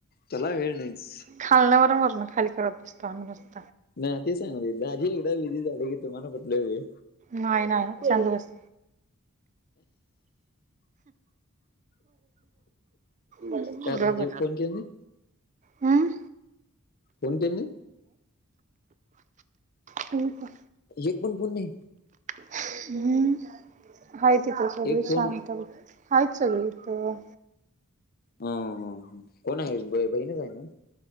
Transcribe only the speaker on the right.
खाल न वर वरण ना खाली करत नुसता.
नाही ना शांत बस. बबर.
हम
का?
हम्म आहेत इथं सगळी
शांत आहेत सगळी. तो.